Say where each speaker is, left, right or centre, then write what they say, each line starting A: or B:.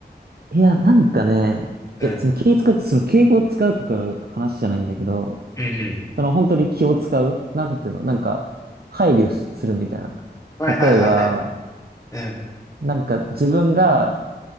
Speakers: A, on the right; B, on the left.
A: いや、なんかね、
B: うん。
A: え、その気使って、その敬語を使うとかの話じゃないんだけど、
B: うんうん。
A: その本当に気を使うなんていうのなんか、配慮しするみたいな。
B: はいはいはいはい。
A: 例えば、
B: うん。
A: なんか自分が